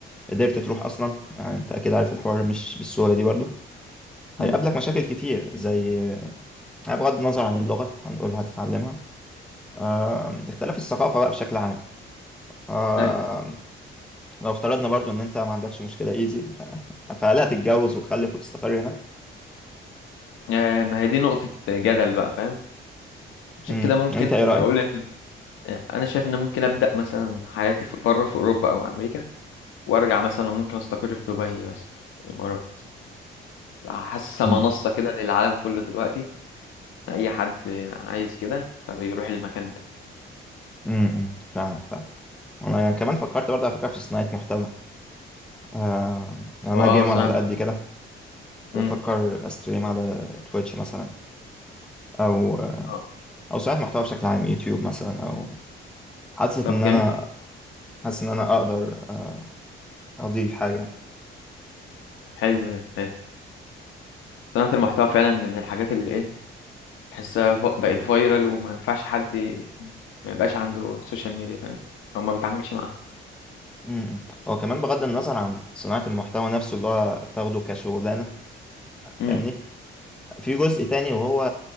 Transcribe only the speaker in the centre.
قدرت تروح اصلا يعني انت اكيد عارف الحوار مش بالسهوله دي برضه
هيقابلك مشاكل كتير زي بغض النظر عن اللغه هنقول هتتعلمها آه، اختلاف الثقافة بقى بشكل عام آه
لو افترضنا برضو ان انت ما عندكش مشكلة ايزي فهل هتتجوز وتخلف وتستقر هناك؟
مم.
انت ايه رأيك؟
مم.
مم. فعلا فعلا انا يعني كمان فكرت برضه على فكرة في صناعة محتوى آه يعني
انا جيمر
على قد كده كنت
بفكر استريم على تويتش مثلا او آه،
او صناعة محتوى بشكل عام يوتيوب مثلا او حاسس
ان
انا حاسس ان انا اقدر آه، اضيف حاجة يعني.
امم هو كمان بغض النظر عن صناعة المحتوى نفسه اللي هو تاخده كشغلانة
فاهمني
في جزء تاني وهو